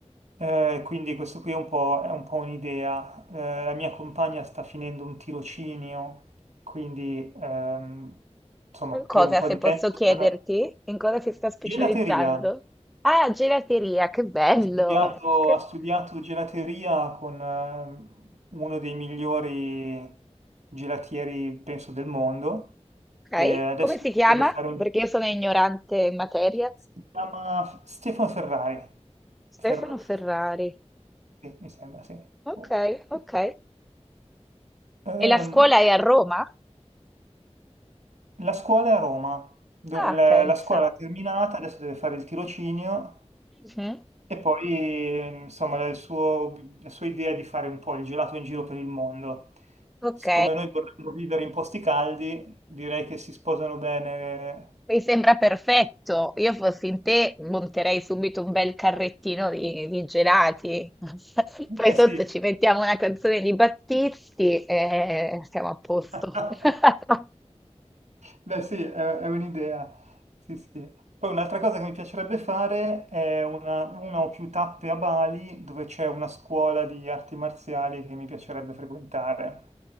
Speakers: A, on the right; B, in the centre.
A: Eh, quindi questo qui è un po', è un po' un'idea. Eh, la mia compagna sta finendo un tirocinio, quindi ehm, insomma
B: In
A: per
B: cosa,
A: un po'
B: se
A: di
B: posso
A: tempo
B: chiederti,
A: sarà-
B: in cosa si sta specializzando?
A: Gelateria.
B: Ah, gelateria, che bello!
A: Ha studiato,
B: Che-
A: ha studiato gelateria con ehm, uno dei migliori gelatieri, penso, del mondo
B: Ok,
A: e adesso
B: come si chiama?
A: deve fare un...
B: Perché io sono ignorante in materia.
A: Si chiama Stefano Ferrari.
B: Stefano
A: Fer-
B: Ferrari.
A: sì, mi sembra, sì.
B: Ok,
A: Oh.
B: ok.
A: Ehm,
B: E la scuola è a Roma?
A: La scuola è a Roma, Do-
B: Ah,
A: la,
B: pensa.
A: la scuola l'ha terminata, adesso deve fare il tirocinio
B: Mhm.
A: e poi eh, insomma la, il suo- la sua idea è di fare un po' il gelato in giro per il mondo.
B: Ok.
A: Siccome noi vorremmo vivere in posti caldi, direi che si sposano bene.
B: Mi sembra perfetto. Io fossi in te, monterei subito un bel carrettino di, di gelati. <laughs>
A: <laughs>
B: Poi
A: Eh
B: sotto
A: sì.
B: ci mettiamo una canzone di Battisti e siamo a posto.
A: <laughs>
B: <laughs>
A: Beh, sì, è, è un'idea. Sì, sì. Poi un'altra cosa che mi piacerebbe fare è una, una o più tappe a Bali dove c'è una scuola di arti marziali che mi piacerebbe frequentare.